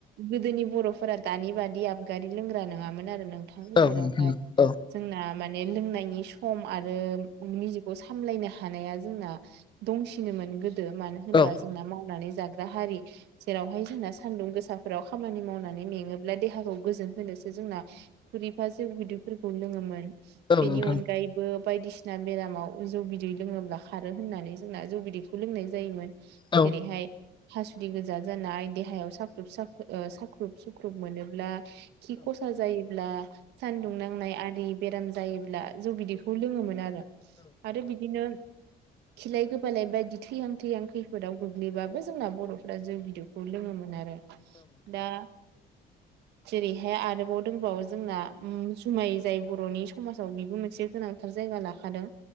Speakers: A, on the right; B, on the left.
A: गोदोनि बर'फोरा दानि बादि आबगारि लोंग्रा नङामोन आरो नों थां
B: औ
A: जेरावहाय
B: नोंथां औ
A: जोंना माने लोंनायनि सम आरो निजेखौ सामलायनो हानाया जोंना दंसि सिनोमोन गोदो मानो होनबा
B: औ नोंथां औ
A: जोंना मावनानै जाग्रा हारि जेरावहाय जोंना सान्दुं गोसाफोराव खामानि मावनानै मेङोब्ला देहाखौ गोजोन होनोसो जोंना खुरिफा जौ बिदैफोरखौ लोङोमोन।
B: नोंथां औ नोंथां औ नोंथां औ
A: बिनि
B: नोंथां औ नोंथां औ नोंथां औ नोंथां औ नोंथां औ नोंथां औ नोंथां औ नोंथां
A: अनगायैबो
B: औ
A: बायदिसिना बेरामाव जौ बिदै लोङोब्ला खारो होननानै जोंना जौ बिदिखौ लोंनाय जायोमोन
B: औ
A: जेरैहाय हासुदै गोजा जानाय देहायाव साख्रुब साख ओ साख्रुब सुख्रुब मोनोब्ला खि खसा जायोब्ला सानदुं नांनाय आरि बेराम जायोब्ला जौ बिदैखौ लोङोमोन आरो आरो बिदिनो खिलाय गोब फोलाय बायदि थैहां थैहां खैफोदाव गोग्लैबाबो जोंना बर'फोरा जौ बिदौखौ लोङोमोन आरो। दा जेरैहाय आरोबाव दोंबावो जोंना उम जुमाय जाय बर'नि समासाव बिबो मोनसे गोनां थार जायगा लाखादों